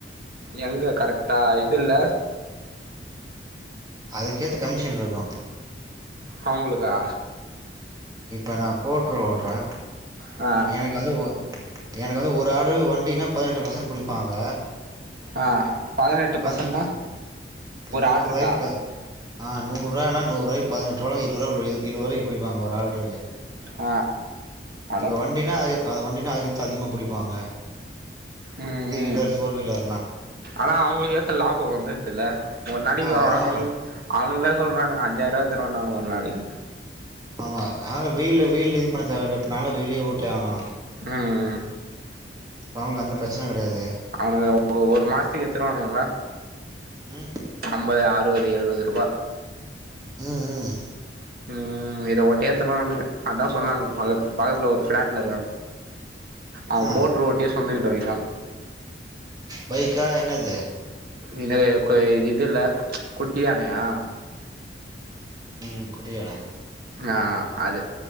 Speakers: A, on the right; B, on the right.
A: எங்க கரெக்டா இது இல்ல
B: அதுக்கேத்த கமிஷன் இருக்கு
A: அவுங்களுக்கா
B: இப்ப நா போர்ட்டுரு ஓட்டுறே
A: ஆ
B: எனக்கு வந்து எனக்கு வந்து ஒரு ஆர்டரு வண்டியுனே பதினெட்டு பர்சன்ட் பிடிப்பாங்க
A: ஆ
B: பதினெட்டு
A: பர்சன்ட்னா
B: ஒரு நூறு
A: ஆடு
B: ரூபாய்க்கு
A: இருக்கா
B: ப ஆ நூறுவானா நூறுவாய்க்கு பதினெட்ருவா இருவருவா இருவதுவாய்க்கு புடிப்பங்க ஒரு ஆர்டருக்கு
A: ஆ அட
B: இப்போ வண்டின்னா அதுக்கே அது வண்டினா அதுக்கேத் அதிகமா புடிப்பாங்க
A: ம்
B: த்ரீ
A: ம்
B: வீலர் ஃபோர் வீலர்
A: ஆனா அவுங்களுக்கு ஏத்த லாபோ வந்துடுது இல்ல ஒரு நாளிக்கு ஆ
B: வரும் வரும்.
A: அவனு அவனுங்கதா சொல்றாங்க அஞ்சாயிரூவா எத்துனு வந்தாங்க ஒரு நாளைக்கு
B: ஆமா ஆனா வெயிலு வெயிலு இது பண்ணத் தேவயில்ல இப்ப நாலா வெளியே ஓட்டியாவணு
A: ம் ம்
B: இப்ப அவுங்க அந்த பிரச்சன கெடையாது
A: அவனுங்க ஒரு மாசத்துக்கு எத்துருவானுங்களா
B: ம்.
A: அம்பது அ றுவது எழுவது ரூபா
B: ம் ம்
A: ம் இத மட்டு எத்துருவானுங்க அதா சொன்னானுங்க பக்கத்ல பக்கத்துல ஒரு ஃப்ளாட்ல இருக்காங்க அவ
B: ஆ
A: போட்ரு ஓட்டியே சொந்த வீடு வாங்கிட்டா
B: பைக்கா என்னது
A: இன்னது கொ இதுல்ல குட்டி யானையா
B: ம் குட்டியான
A: ஆ அது